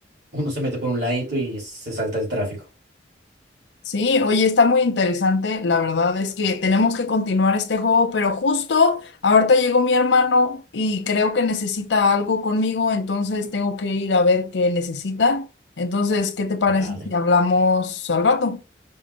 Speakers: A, on the right (about 75°); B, on the left (about 85°).
A: uno se mete por un ladito y se salta el tráfico.
B: Sí, oye, está muy interesante. La verdad es que tenemos que continuar este juego, pero justo ahorita llegó mi hermano y creo que necesita algo conmigo, entonces tengo que ir a ver qué necesita. Entonces, ¿qué te parece
A: Vale.
B: si hablamos al rato?